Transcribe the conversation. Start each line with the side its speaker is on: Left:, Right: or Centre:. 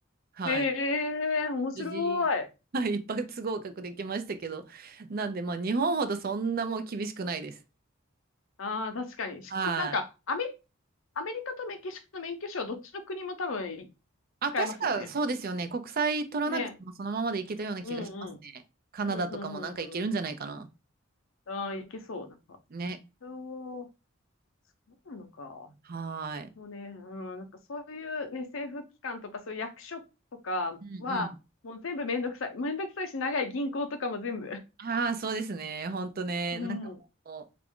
Right: はい。
Left: へえ、面白い。
Right: 無事、<laughs> はい、一発合格できましたけど。なんで、まあ、日本ほどそんなもう厳しくないです。
Left: ああ、確かに。しなんか、
Right: はい。
Left: アメ、アメリカとメキシコと免許証、どっちの国も多分
Right: あ、
Left: 使えますよね。
Right: 確かそうですよね。国際取らなくてもそのままでいけたような気がしますね。
Left: ね。うんうん。
Right: カナダとかもなんかいけるんじゃないかな。
Left: うん、うん、うん、うん。ああ、いけそう。なんか、
Right: ね。
Left: そう、そうなのか。
Right: はい。
Left: もうね、うん、なんかそういうね、政府機関とか、そういう役所とかは、
Right: うんうん。
Left: もう全部めんどくさい。めんどくさいし、長い銀行とかも全部。
Right: ああ、そうですね。ほんとね。
Left: うん、
Right: なんかも
Left: うん、